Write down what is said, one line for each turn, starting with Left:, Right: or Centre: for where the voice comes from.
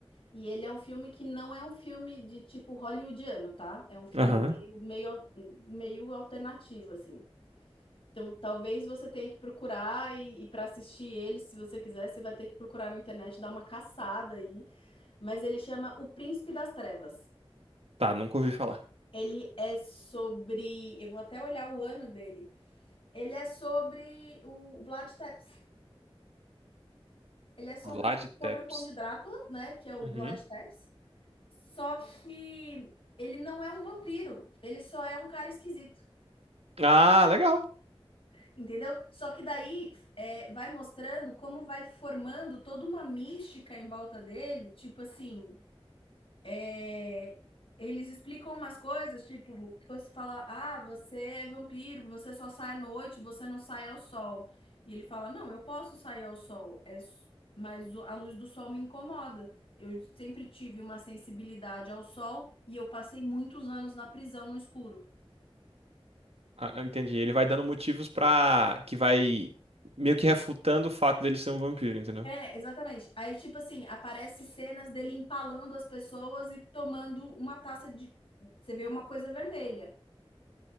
Left: E ele é um filme que não é um filme de tipo hollywoodiano, tá? É um filme
Right: Aham.
Left: meio, meio, al- meio alternativo, assim. Então, talvez você tenha que procurar e, e para assistir ele, se você quiser, você vai ter que procurar na internet, dar uma caçada aí. Mas ele chama O Príncipe das Trevas.
Right: Tá, nunca ouvi falar.
Left: Ele é sobre. Eu vou até olhar o ano dele. Ele é sobre o Vlad Tepes. Ele é sobre,
Right: Vlad
Left: sobre
Right: Tepes.
Left: o Conde Drácula, né? Que é o
Right: Uhum.
Left: Vlad Tepes. Só que ele não é um vampiro. Ele só é um cara esquisito.
Right: Ah, legal.
Left: Entendeu? Só que daí é, vai mostrando como vai formando toda uma mística em volta dele. Tipo assim. é, eles explicam umas coisas, tipo, você fala, ah, você é vampiro, você só sai à noite, você não sai ao sol. E ele fala, não, eu posso sair ao sol, é, s- mas o- a luz do sol me incomoda. Eu sempre tive uma sensibilidade ao sol e eu passei muitos anos na prisão no escuro.
Right: Ah, ah, entendi. Ele vai dando motivos pra. que vai meio que refutando o fato dele ser um vampiro, entendeu?
Left: É, exatamente. Aí, tipo assim, aparece cenas dele empalando as pessoas e tomando uma taça de. Você vê uma coisa vermelha.